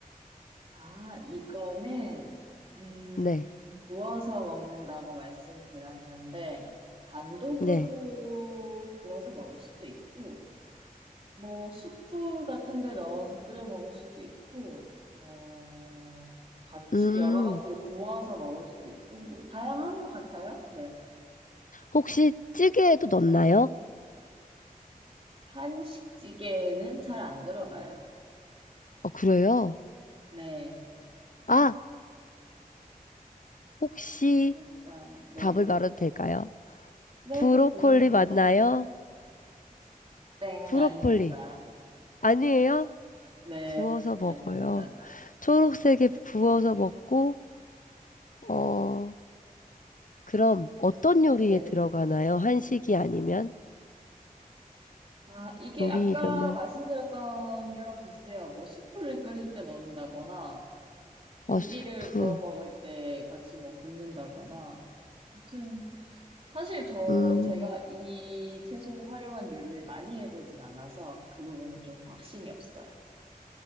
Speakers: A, on the right; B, on the left.
A: 아, 이거는, 음,
B: 네,
A: 구워서 먹는다고 말씀드렸는데, 단독으로
B: 네.
A: 구워서 먹을 수도 있고, 뭐, 수프 같은 데 넣어서 끓여 먹을 수도 있고, 뭐, 같이
B: 음,
A: 여러 가지를 구워서 먹을 수도 있고, 뭐, 다양한 것 같아요. 네.
B: 혹시 찌개에도 넣나요?
A: 한식찌개에는 잘 안 들어가요.
B: 어, 그래요?
A: 네.
B: 아, 혹시
A: 뭘까? 네.
B: 답을 말해도 될까요?
A: 네,
B: 브로콜리
A: 도전해보세요.
B: 맞나요?
A: 땡,
B: 브로콜리.
A: 아닙니다.
B: 아니에요?
A: 네,
B: 구워서 먹어요.
A: 아닙니다.
B: 초록색에
A: 네.
B: 구워서 먹고, 어, 그럼 어떤 요리에
A: 네.
B: 들어가나요? 한식이 아니면?
A: 아, 이게
B: 요리
A: 아까
B: 이름을.
A: 말씀드렸던 게랑 비슷해요. 뭐, 수프를 끓일 때 넣는다거나, 고기를
B: 어, 수프.
A: 구워 먹을 때 같이 뭐 굽는다거나. 아무튼, 사실 저,
B: 음,
A: 제가 이 채소를 활용한 요리를 많이 해보진 않아서 그 부분이 좀 확신이 없어요.